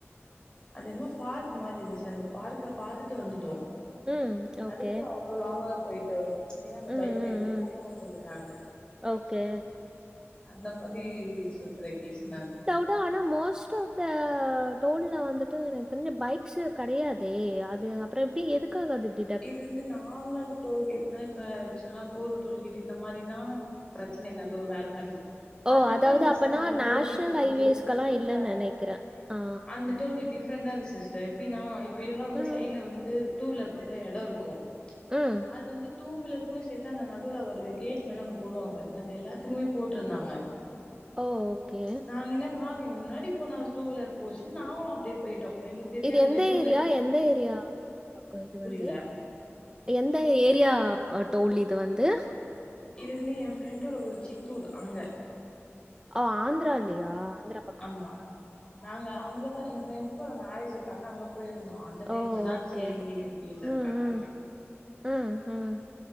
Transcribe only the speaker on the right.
ம்
ஓகே
ம் ம்
ம் ஓகே
ட்டா ஆனா மோஸ்ட் ஆஃப் த டோல்ல வந்துட்டு எனக்கு தெரிஞ்சு பைக்ஸ் கெடையாதே அது அப் அப்பற எப்டி எதுக்காக அது டிட்
ஓ
அதாவது
அப்பனா
நேஷனல்
ஹைவேஸ்கெல்லா
இல்லன்னு
நெனைக்கிறே ஆ
ம்
ம்
ஓ! ஓகே.
இது எந்த
ஏரியா
எந்த ஏரியா பக்க இது
வந்து எந்த ஏரியா ப டோல் இது வந்து
ஆ ஆந்தரால்லையா ஆந்த்ரா
ஓ!
ஓகே.
ம், ம்.
ம், ம்.